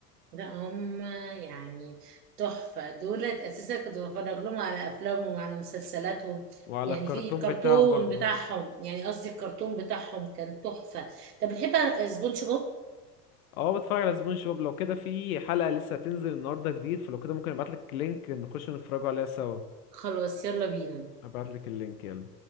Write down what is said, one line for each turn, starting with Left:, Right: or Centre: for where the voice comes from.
Right: لا هم يعني تحفة دولت أساسا كنت بتفرج لهم على أفلامهم على مسلسلاتهم
Left: <laughs> وعلى
Right: يعني
Left: الكرتون
Right: في كرتون
Left: بتاعهم برضه
Right: بتاعهم يعني قصدي الكرتون بتاعهم كان تحفة طب بتحب سبونج بوب
Left: اه بتفرج على زبون شباب لو كده في حلقه لسه هتنزل النهارده جديد فلو كده ممكن ابعت لك لينك نخش نتفرجوا عليها سوا
Right: خلاص يلا بينا
Left: ابعت لك اللينك يلا